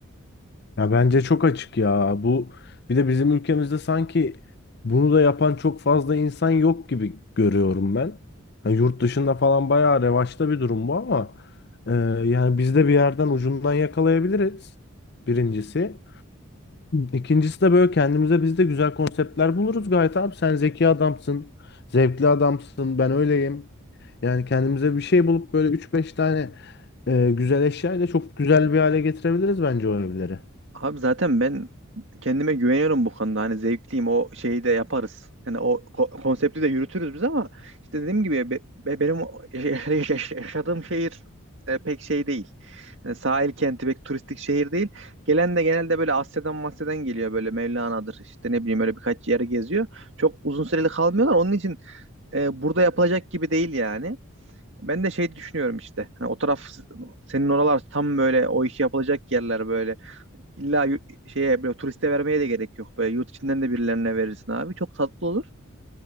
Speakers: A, on the left; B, on the right.
A: Ya bence çok açık ya. Bu bir de bizim ülkemizde sanki bunu da yapan çok fazla insan yok gibi görüyorum ben. Hani yurt dışında falan bayağı revaçta bir durum bu ama e, yani biz de bir yerden ucundan yakalayabiliriz. Birincisi. İkincisi de böyle kendimize biz de güzel konseptler buluruz gayet abi. Sen zeki adamsın, zevkli adamsın, ben öyleyim. Yani kendimize bir şey bulup böyle üç beş tane e, güzel eşyayla çok güzel bir hale getirebiliriz bence o evleri.
B: Abi zaten ben kendime güveniyorum bu konuda. Hani zevkliyim o şeyi de yaparız. Yani o ko- konsepti de yürütürüz biz ama işte dediğim gibi be- be- benim o- <laughs> yaş- yaş- yaş- yaşadığım şehir e, pek şey değil. Yani sahil kenti pek turistik şehir değil. Gelen de genelde böyle Asya'dan Masya'dan geliyor böyle Mevlana'dır işte ne bileyim öyle birkaç yere geziyor. Çok uzun süreli kalmıyorlar. Onun için e, burada yapılacak gibi değil yani. Ben de şey düşünüyorum işte. Hani o taraf senin oralar tam böyle o işi yapılacak yerler böyle. İlla yu- şeye böyle turiste vermeye de gerek yok. Böyle yurt içinden de birilerine verirsin abi. Çok tatlı olur.